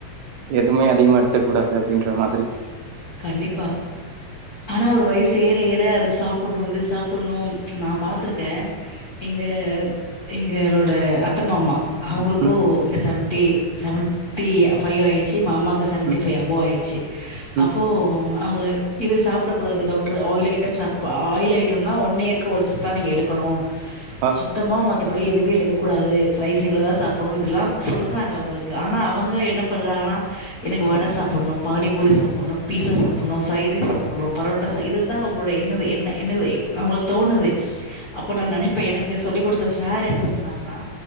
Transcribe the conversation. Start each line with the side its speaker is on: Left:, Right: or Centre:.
Right: எதுமே அதிகமா எடுத்துக்க கூடாது அப்டின்ற மாதிரி
Left: கண்டிப்பா ஆனா ஒரு வயசு ஏறஏற அத சாப்புட்ணு இத சாப்புட்ணு நா பாத்திருக்கே எங்க எங்களோட அத்தமாமா அவங்களுக்கு
Right: ம்,
Left: செவன்டி செவன்டி ஃபைவ் ஆயிடுச்சி மாமாக் செவன்டி
Right: ம்,
Left: ஃபைவ் அபோ ஆயிடுச்சி
Right: ம்.
Left: அப்போ அவ்ங்க இது சாப்பிடக்கூடாது டாக்டரு ஆயில் ஐட்டம்ஸ் அபப்ப ஆயில் ஐட்டம்னா ஒன் இயர்க்கு ஒன்ஸ்தா நீங்க எடுக்கணு
Right: ஆ.
Left: சுத்தமா மத் தப்படி எதுமே எடுக்கக்கூடாது ஸ்லைஸ் இவ்ளோதா சாப்புணு இதெல்லா சொல்றாங்க உங்களுக்கு ஆனா அவங்க என்னப் பண்றாங்கனா எனக்கு வட
Right: ஓகே.
Left: சாப்புட்ணு பானிபூரி சாப்புட்ணு பீசா சாப்புட்ணு ஃப்ரைட் ரைஸ் சாப்புணு பரோட்டா சா இதுதா அவங்களோட என்னது என்ன என்னது அவ்ங்களுக்கு தோணுது அப்போ நா நெனப்பே எனக்கு சொல்லிக் குடுத்த சார் என்ன சொன்னாருனா